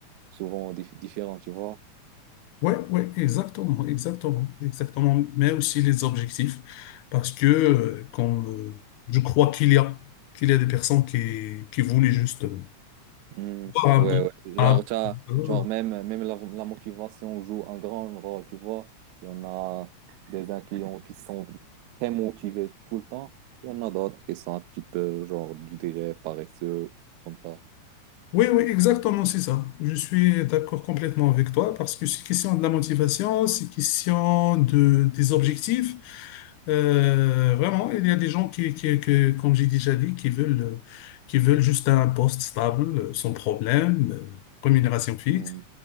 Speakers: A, on the right; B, on the left.
A: souvent dif- différents, tu vois.
B: Ouais, ouais, exactement, exactement, exactement. Mais aussi les objectifs, parce que euh, comme euh, je crois qu'il y a qu'il y a des personnes qui qui voulaient juste euh,
A: Mm.
B: voir
A: Ouais,
B: un peu.
A: ouais, genre,
B: Ah,
A: t'as,
B: euh,
A: genre même, même la, la motivation joue un grand rôle, tu vois. Il y en a des uns qui, ont- qui sont très motivés tout le temps, il y en a d'autres qui sont un petit peu, genre, je dirais, paresseux, comme ça.
B: Oui, oui, exactement, c'est ça. Je suis d'accord complètement avec toi parce que c'est question de la motivation, c'est question de, des objectifs. Euh, vraiment, il y a des gens qui, qui, que, comme j'ai déjà dit, qui veulent, euh, qui veulent juste un poste stable, euh, sans problème, euh, rémunération fixe.
A: Mm.